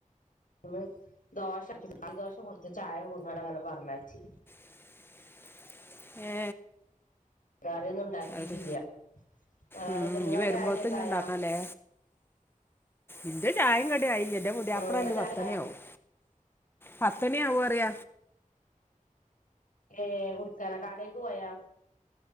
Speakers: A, on the left (about 70°); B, on the left (about 15°).
A: ഒന്ന് ദോശ ഈ ദോശം കൊടുത്ത് ചായം കൊടുക്കൻ അങ്ങനെ പറഞ്ഞച്ചി.
B: <inaudible> ഏ
A: വേറെന്നും ഉണ്ടാക്കിട്ടില്ല
B: അത്
A: വേറെ
B: ഉം,
A: നിങ്ങളെ
B: ഇനി വരുമ്പോഴത്തെ
A: ചായടിക്കെ
B: ഇനി
A: ആയാ.
B: ഉണ്ടാക്കാല്ലേ ഇന്റെ ചായയും കട ആയില്ല. എന്റെ പുതിയാപ്ല
A: നിങ്ങളെ
B: വരുമ്പ
A: ചായ
B: പത്തനിയാവും. പത്തനി ആവു അറിയ
A: ഏ കുടുത്താന കാടേക്ക് പോയാ.